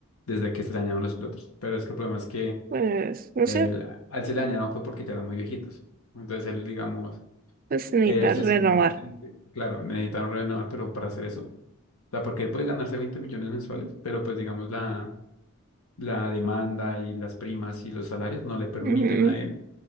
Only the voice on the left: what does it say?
desde que se le dañaron los platos. Pero es que el problema es que
él-
al se le dañaron fue porque ya eran muy viejitos. Entonces él, digamos,
él se
siente muy triste. Claro, necesitan renovar, pero para hacer eso, o sea, porque él puede ganarse 20 millones mensuales, pero pues digamos la, la demanda y las primas y los salarios no le permiten
a él